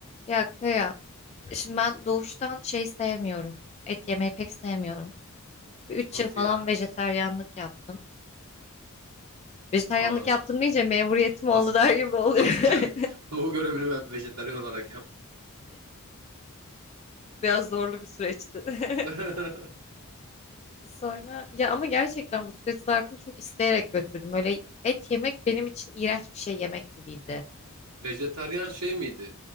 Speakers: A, on the left (about 30°); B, on the right (about 70°).
A: Ya Kaya, şimdi ben doğuştan şey sevmiyorum. Et yemeyi pek sevmiyorum. Bir üç
B: Nasıl
A: yıl falan
B: ya?
A: vejetaryenlik yaptım. Vejetaryenlik
B: Allah Allah.
A: yaptım deyince memuriyetim oldu
B: Ask
A: der
B: <laughs>
A: gibi oluyor.
B: askerlik.
A: <laughs>
B: Doğu görevini ben vejetaryen olarak yaptım.
A: Biraz zorlu bir süreçti. <laughs>
B: <laughs>
A: Sonra ya ama gerçekten bu süreç zarfını çok isteyerek götürdüm. Öyle et yemek benim için iğrenç bir şey yemek gibiydi.
B: Vejetaryen şey miydi?